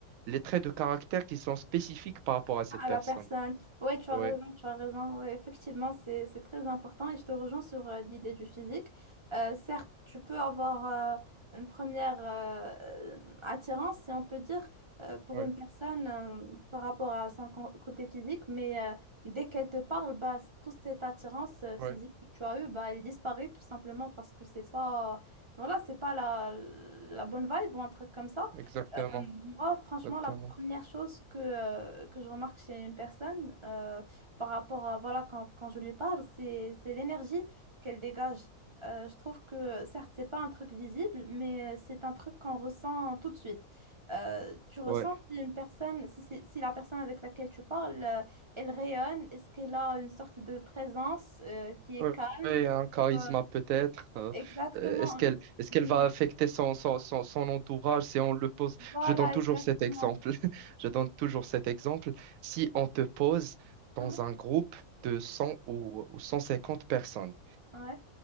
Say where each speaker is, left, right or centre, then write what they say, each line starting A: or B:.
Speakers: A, on the right; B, on the right.
A: les traits de caractère qui sont spécifiques par rapport à cette
B: à
A: personne.
B: la personne. Ouais, tu as
A: Ouais,
B: raison, tu as raison. Ouais, effectivement, c'est c'est très important et je te rejoins sur euh, l'idée du physique. Euh, certes, tu peux avoir euh, une première euh, euh, attirance, si on peut dire, euh, pour
A: ouais,
B: une personne euh, par rapport à son co- côté physique, mais euh, dès qu'elle te parle, bah, c- toute cette attirance euh, physique
A: ouais,
B: que tu as eue, bah, elle disparaît tout simplement parce que c'est pas, voilà, c'est pas la, la bonne vibe ou un truc comme ça.
A: exactement,
B: Euh, Moi, franchement,
A: exactement.
B: la première chose que, euh, que je remarque chez une personne euh, par rapport à, voilà, quand, quand je lui parle, c'est, c'est l'énergie qu'elle dégage. Euh, je trouve que, certes, c'est pas un truc visible, mais euh, c'est un truc qu'on ressent tout de suite. Euh, tu ressens
A: Ouais.
B: si une personne, si, c'est- si la personne avec laquelle tu parles, euh, elle rayonne, est-ce qu'elle a une sorte de présence euh, qui est
A: Oui,
B: calme?
A: un charisme
B: euh,
A: peut-être. euh,
B: exactement.
A: euh, est-ce qu'elle est-ce
B: Mm,
A: qu'elle va affecter son, son, son, son entourage si on le pose?
B: Voilà,
A: Je donne toujours
B: exactement.
A: cet exemple. <laughs> Je donne toujours cet exemple. Si on te pose dans
B: Hein
A: un groupe de 100 ou, ou 150 personnes
B: Ouais.